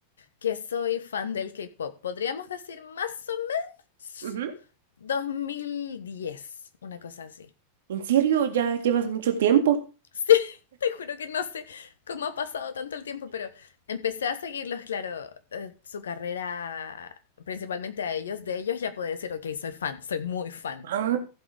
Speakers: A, on the left (about 65°); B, on the right (about 60°).
A: que soy fan del K-pop. Podríamos decir más o menos
B: ujú.
A: 2010, una cosa así.
B: ¿En serio? ¿Ya llevas mucho tiempo?
A: Sí, <laughs> te juro que no sé cómo ha pasado tanto el tiempo, pero empecé a seguirlos, claro, eh, su carrera principalmente a ellos. De ellos ya puedo decir, ok, soy fan, soy muy fan
B: Ah.